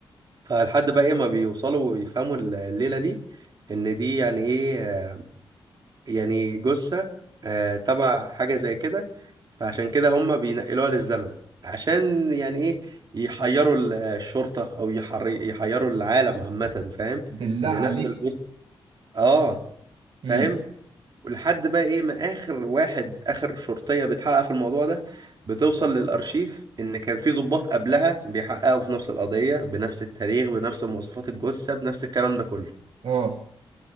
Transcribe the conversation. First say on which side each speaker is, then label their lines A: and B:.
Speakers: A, on the right; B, on the right.
A: فلحد بقى ايه ما بيوصلوا ويفهموا الليلة دي ان دي يعني ايه يعني جثة آه، تبع حاجة زي كده فعشان كده هم بينقلوها للزمن عشان يعني ايه يحيروا ال- الشرطة او يحر- يحيروا العالم عامة فاهم
B: بالله
A: ان
B: عليك
A: نفس الجثة اه
B: امم
A: فاهم ولحد بقى ايه ما اخر واحد اخر شرطية بتحقق في الموضوع ده بتوصل للارشيف ان كان في ضباط قبلها بيحققوا في نفس القضية بنفس التاريخ بنفس مواصفات الجثة بنفس الكلام ده كله
B: اه